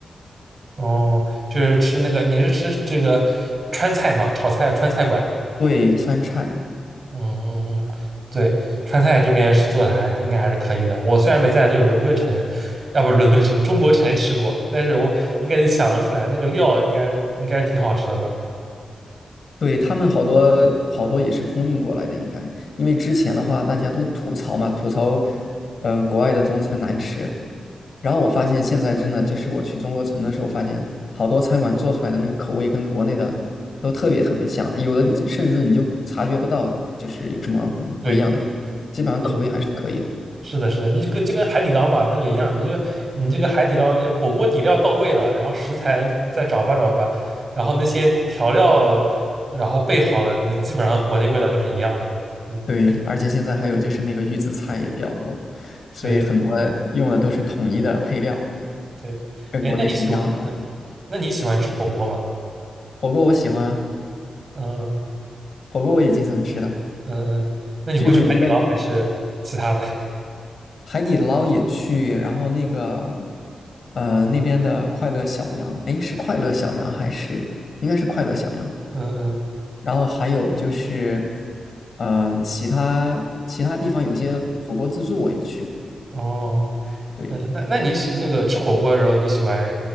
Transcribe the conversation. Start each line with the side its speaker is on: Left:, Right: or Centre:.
Right: 嗯，哦，就是吃那个，你是吃这个川菜嘛，炒菜川菜馆。
Left: 对，川菜，
Right: 嗯嗯嗯，对，川菜这边是做的还是应该还是可以的。我虽然没在这个伦敦城，要不是伦敦城，中国城吃过，但是我应该能想得出来，那个料应该应该是挺好吃的吧？
Left: 对，他们好多好多也是空运过来的，应该，因为之前的话大家都吐槽嘛，吐槽，嗯、国外的中餐难吃。
Right: 嗯
Left: 然后我发现现在真的就是我去中国城的时候，发现好多餐馆做出来的那个口味跟国内的都特别特别像了，有的甚至你就察觉不到就是有什么嗯不一样的地方，
Right: 对，
Left: 基本上口味还是可以的。
Right: 是是的，是的，你就跟就跟海底捞嘛那个一样，你就你这个海底捞就火锅底料到位了，然后食材再找吧找吧，然后那些调料然后备好了，那基本上国内味道就是一样的了。嗯，
Left: 对，而且现在还有就是那个预制菜也比较多，所以很多用的都是统一的配料，
Right: 对对，
Left: 跟国内是一样的。
Right: 哎，那你喜欢那你喜欢吃火锅吗？
Left: 火锅我喜欢啊，
Right: 嗯嗯
Left: 火锅我也经常吃的，
Right: 嗯嗯那你会去海底捞还是其他的？
Left: 聚会必备。海底捞也去，然后那个呃那边的快乐小羊，哎，是快乐小羊还是应该是快乐小羊？
Right: <laughs> 嗯嗯，
Left: 然后还有就是嗯、呃其他其他地方有些火锅自助我也去过，
Right: 哦，
Left: 对
Right: 嗯，那那你喜那个吃火锅的时候，你喜欢